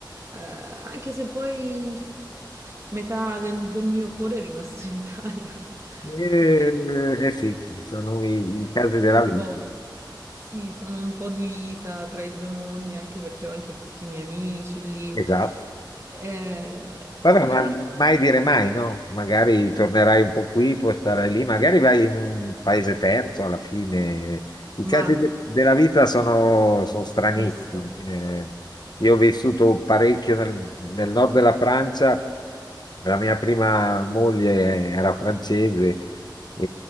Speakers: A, on the right; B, on the left.
A: eh, anche se poi metà del, del mio cuore è rimasto in Italia. <laughs>
B: Eh,
A: Quindi
B: eh sì, sono i,
A: eh,
B: i casi della
A: è un
B: vita.
A: po', sì, sono un po' divisa tra i due mondi, anche perché ho anche tutti i miei amici lì.
B: Esatto.
A: Eh, eh,
B: Vabbè, ma mai dire mai, no? Magari tornerai un po' qui, poi starai lì, magari vai in un paese terzo alla fine. I casi
A: ma
B: de- della vita sono, sono stranissimi.
A: chissà,
B: Eh, io ho vissuto parecchio nel, nel nord della Francia, la mia prima moglie era francese e,